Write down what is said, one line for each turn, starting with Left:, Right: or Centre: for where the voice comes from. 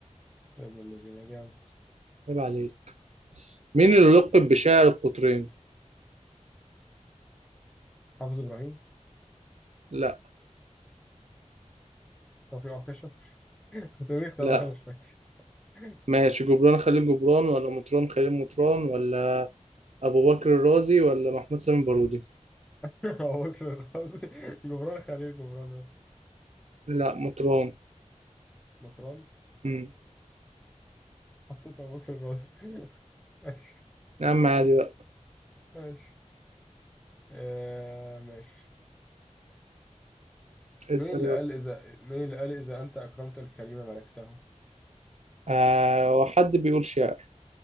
Centre: يا ابن الذين جامد
Right: عيب عليك مين اللي لقب بشاعر القطرين
Centre: حافظ ابراهيم
Right: لا
Centre: توفيق عكاشة <laughs> توفيق ده
Right: لا
Centre: عشان مش فاكر <laughs>
Right: ماشي جبران خليل جبران ولا مطران خليل مطران ولا أبو بكر الرازي ولا محمود سامي البارودي
Centre: ابو بكر الرازي جبران خليل جبران يس
Right: لا مطران
Centre: مطران
Right: مم.
Centre: حطيت ابو بكر الرازي <laughs> ماشي
Right: يا عم عادي بقى
Centre: ماشي آه ماشي
Right: اسأل
Centre: مين اللي
Right: يلا
Centre: قال اذا مين اللي قال اذا انت اكرمت الكريم ملكته
Right: آه وحد بيقول شعر